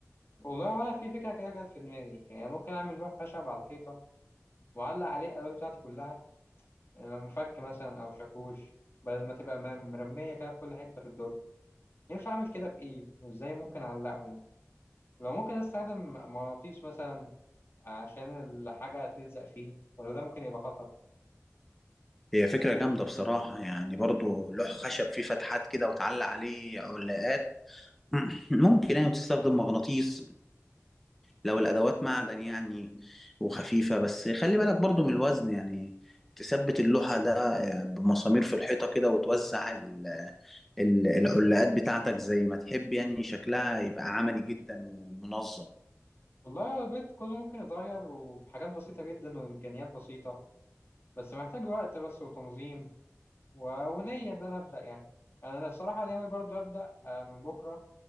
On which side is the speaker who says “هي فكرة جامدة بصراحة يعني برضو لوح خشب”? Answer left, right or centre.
Centre